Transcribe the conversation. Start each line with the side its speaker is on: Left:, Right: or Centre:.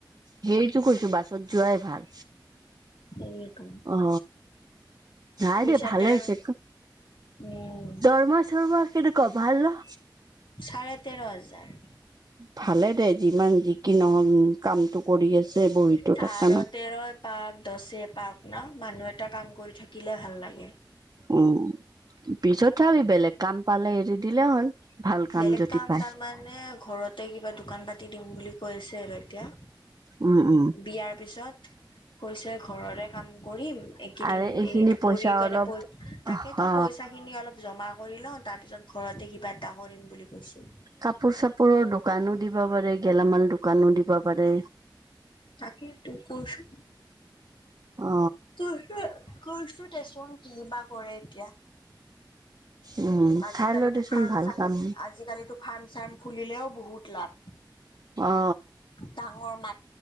Right: সেইটো কৈছো বাছত যোৱাই ভাল
Left: সেইটো।
Right: অ নাই
Left: মিছাতে
Right: দিয়া ভালে হৈছে
Left: আৰু উম
Right: দৰমহা চৰমহা কেনেুৱা ভাল না
Left: চাৰে তেৰ হাজাৰ
Right: ভালে দে যিমান যিকি নহওঁক কামটো কৰি আছে বহীতো
Left: চাৰে
Right: থাকা নাই
Left: তেৰই পাক দছে পাক নাই মানুহ এটা কাম কৰি থাকিলে ভাল লাগে
Right: উ পিছত চাবি বেলেগ কাম পালে এৰি দিলে হ'ল ভাল
Left: বেলেগ
Right: যদি
Left: কাম
Right: পায়
Left: তাৰ মানে ঘৰতে কিবা দোকান পাতি দিম বুলি কৈছে আৰু এতিয়া
Right: উম উম
Left: বিয়াৰ পিছত কৈছে ঘৰৰে কাম কৰিম এইেইদিন
Right: আৰু এইখিনি
Left: এই
Right: পইচা
Left: কৰি কেনে
Right: অলপ
Left: তাকেইতো
Right: অ
Left: পইচা খিনি অলপ জমা কৰি লও তাৰ পিছত ঘৰতে কিবা এটা কৰিম বুলি কৈছে।
Right: কাপোৰ চাপোৰৰ দোকানো দিব পাৰে গেলামাল দোকানো দিব পাৰে।
Left: তাকে তো কৈছো
Right: অ
Left: ত কৈইছো দেচোন কি বা কৰে এতিয়া
Right: উম
Left: আজিকালিতো
Right: চাই ল দেচোন
Left: ফাৰ্ম
Right: ভাল
Left: চ
Right: কাম
Left: আজিকালিতো ফাৰ্ম চাৰ্ম খুলিলেও বহুত লাভ
Right: অ অ
Left: ডাঙৰ